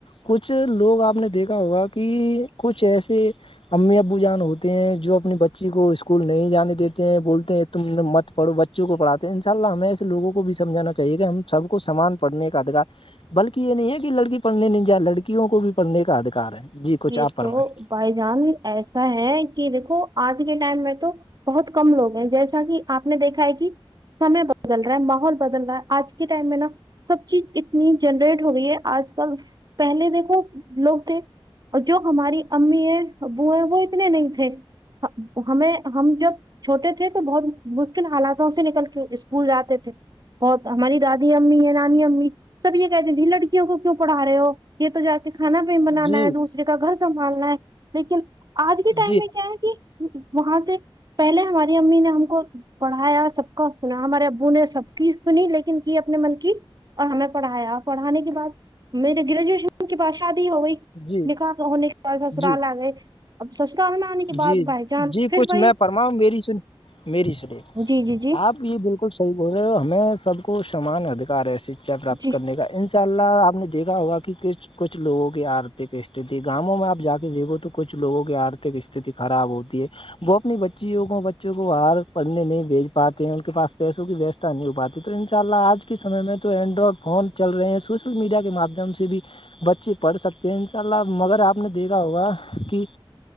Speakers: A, on the left; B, on the right.
A: کچھ لوگ آپ نے دیکھا ہوگا کہ کچھ ایسے امی ابو جان ہوتے ہیں جو اپنی بچی کو اسکول نہیں جانے دیتے ہیں بولتے ہیں تم مت پڑھو بچ بچوں کو پڑاتے ہیں ان شاءلہ ہمیں ایسےوگوں کو بھی سمجھانا چاہے کہ ہم سب کو سمان پڑھ کا ادھار بلکہ یہ نہیں ہے کہ لڑکی پڑھنے نہیں جائے لڑکیوں کو بھی پڑھنے کا ادھار ہے جی کچھ
B: یہ
A: آپ فرمائیں
B: تو بھائی جان ایسا ہے کہ دیکھو آج کے ٹائم میں تو بہت کم لوگ ہیں جیسا کہ آپ نے دیکھا ہے کہ سمے بدل رہا ہے ماحول بدل رہا ہے آج کے ٹائم میں نا سب چیز اتنی جنریٹ ہو رہی ہے آج کل پہلے دیکھو لوگ تھے اور جو ہماری امی ہیں ابو ہیں وہ اتنے نہیں تھے ہمیں ہم جب چھوٹے تھے تو بہت مشکل حالاتوں سے نکل کے اسکول جاتے تھے بہت ہماری دادی امی ہے نانی امی سب یہ کہتے تے لڑکیوں کو کیوں پڑھا رہے ہو یہ تو جا کھانا پ بنانا
A: جی
B: ہے دوسرے کا گھر سنبھالنا ہے لیکن آج کے ٹائم
A: جی
B: میں کیا ہے کہ وہاں سے پہلے ہماری امی نے ہم کو پڑھایا سب کا سنا ہمارے ابو نے سب کی سنی لیکن کی اپنے من کی اور ہمیں پڑھایا پڑھانے کے بعد میرے گریجویشن کے بعد شادی ہو گئی
A: جی
B: نکا ہونے کے بعد سسرال
A: جی
B: آ گئے اب سستا آنا آنے کے بعد
A: جی
B: بھائی جان
A: جی
B: پھر
A: کچھ
B: بھائی
A: میں فرماؤں میری سن میری شلیف
B: جی جی جی
A: آپ یہ بالکل صح بول رہے ہو ہمیں سب کو سمان ادھکار ہے شکچا پراپت
B: جی
A: کرنے کا ان سےب ان شاء اللہ آپ نے دیکھا ہوگ کہس کچھ لوگوں کی آرتھک است گاؤوں میں آپ جا کے دیکھو تو کچھ لوگوں کی آرتھک خراب ہوتی ہے وہ اپنی بچیوں کو بچوں کو باہر پڑھنے نہیں بھیج پاتے ہیں ان کے پس پیس کی ویستا نہیں ہو پاتی تو ان شاء اللہ آج کے سمے میں تو اینڈرائڈ فون چل رہے ہیں سوشل میڈیا کے مادھیم سے بھی بچے پڑھ سکتے ہیں ان شاء اللہ مگر آپ نے دیکھا ہوگا کہ